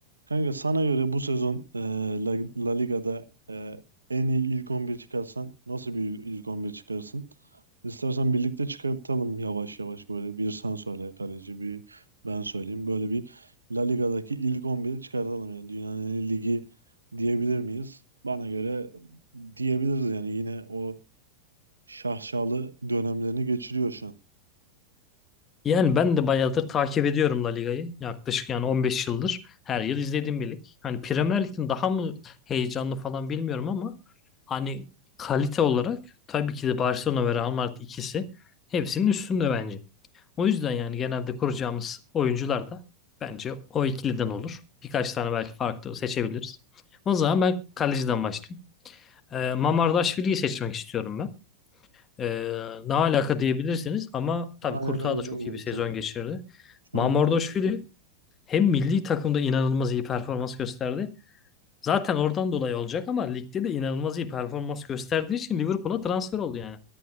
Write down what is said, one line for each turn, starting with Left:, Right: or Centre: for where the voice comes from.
Right: Kanka sana göre bu sezon e, La, La Liga'da e, en iyi ilk 11 çıkarsan nasıl bir ilk 11 çıkarırsın? İstersen birlikte çıkartalım yavaş yavaş böyle bir sen söyle kaleci bir ben söyleyeyim. Böyle bir La Liga'daki ilk 11'i çıkartalım yani dünyanın en iyi ligi diyebilir miyiz? Bana göre diyebiliriz yani yine o şaşalı dönemlerini geçiriyor şu an.
Left: Yani ben de bayağıdır takip ediyorum La Liga'yı. Yaklaşık yani 15 yıldır her yıl izlediğim bir lig. Hani Premier Lig'in daha mı heyecanlı falan bilmiyorum ama hani kalite olarak tabii ki de Barcelona ve Real Madrid ikisi hepsinin üstünde bence. O yüzden yani genelde kuracağımız oyuncular da bence o ikiliden olur. Birkaç tane belki farklı seçebiliriz. O zaman ben kaleciden başlayayım. Ee, Mamardaşvili'yi seçmek istiyorum ben. Ee, ne alaka diyebilirsiniz ama tabii
Right: Ne alaka
Left: Kurtağı
Right: dedim
Left: da çok
Right: yani
Left: iyi bir sezon
Right: şu an.
Left: geçirdi.
Right: Şu
Left: Mamardashvili
Right: an ne alaka?
Left: hem milli takımda inanılmaz iyi performans gösterdi. Zaten oradan dolayı olacak ama ligde de inanılmaz iyi performans gösterdiği için Liverpool'a transfer oldu yani.